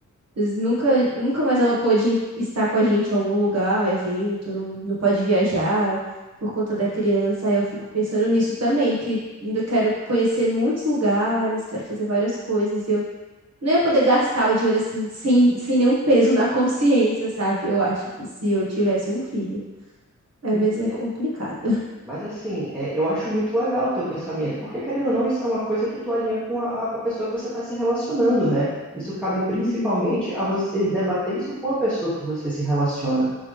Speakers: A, on the right; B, in the centre.
A: Mas nunca, nunca mais ela pôde estar com a gente em algum lugar, evento, não, não pode viajar por conta da criança. Aí eu fico pensando nisso também, que ainda quero conhecer muitos lugares, quero fazer várias coisas, e eu não ia poder gastar o dinheiro assim, sem, sem nenhum peso na consciência, sabe? Eu acho que se eu tivesse um filho. É,
B: E,
A: mas é complicado.
B: Mas assim, é, eu acho muito legal o teu pensamento, porque querendo ou não, isso é uma coisa que tu alinha com a, a pessoa que você está se relacionando, né? Isso cabe principalmente
A: Uhum.
B: a você debater isso com a pessoa que você se relaciona.